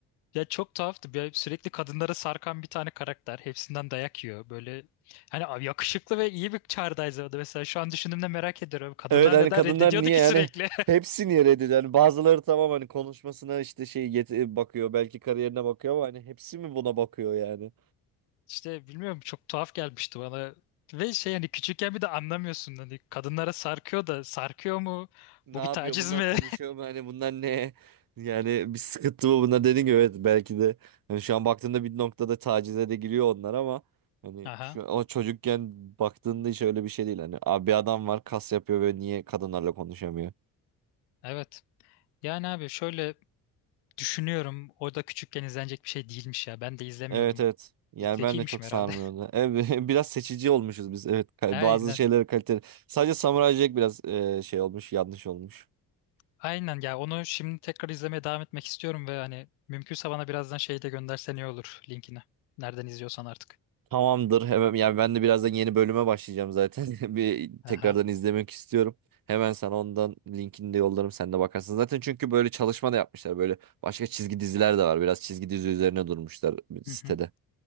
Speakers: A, on the left; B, on the right.
A: Ya çok tuhaftı. Bir- Sürekli kadınlara sarkan bir tane karakter. Hepsinden dayak yiyor. Böyle hani abi yakışıklı ve iyi bir çağrıdayız orada. Mesela şu an düşündüğümde merak ediyorum. Kadınlar
B: Evet hani
A: neden
B: kadınlar
A: reddediyordu
B: niye
A: ki
B: yani
A: sürekli?
B: hepsini reddediyor. Yani bazıları tamam hani konuşmasına işte şey yet- bakıyor belki kariyerine bakıyor ama hani hepsi mi buna bakıyor yani?
A: <laughs> İşte bilmiyorum çok tuhaf gelmişti bana. Ve şey hani küçükken bir de anlamıyorsun. Hani kadınlara sarkıyor da sarkıyor mu?
B: Ne
A: Bu
B: yapıyor
A: bir taciz
B: bunlar
A: mi?
B: konuşuyor mu hani bunlar ne? Yani bir sıkıntı mı bunlar dediğin gibi evet belki de hani şu an baktığında bir noktada tacize de giriyor onlar ama
A: <laughs>
B: hani
A: Aha
B: şu o çocukken baktığında hiç öyle bir şey değil hani abi bir adam var kas yapıyor ve niye kadınlarla konuşamıyor?
A: evet. Yani abi şöyle düşünüyorum. O da küçükken izlenecek bir şey değilmiş ya. Ben de izlemiyordum.
B: Evet evet. Yani
A: Zekiymişim
B: ben de çok sarmıyordu.
A: herhalde.
B: Evet, <laughs> biraz seçici olmuşuz biz. Evet, ka-
A: <laughs> Aynen.
B: bazı şeyleri kaliteli. Sadece Samuray Jack biraz e, şey olmuş, yanlış olmuş.
A: Aynen ya onu şimdi tekrar izlemeye devam etmek istiyorum ve hani mümkünse bana birazdan şeyi de göndersen iyi olur linkini. Nereden izliyorsan artık.
B: Tamamdır. Hemen yani ben de birazdan yeni bölüme başlayacağım zaten. <laughs> Bir
A: Aha.
B: tekrardan izlemek istiyorum. Hemen sana ondan linkini de yollarım. Sen de bakarsın. Zaten çünkü böyle çalışma da yapmışlar. Böyle başka çizgi diziler de var. Biraz çizgi dizi üzerine durmuşlar sitede.
A: Hı hı.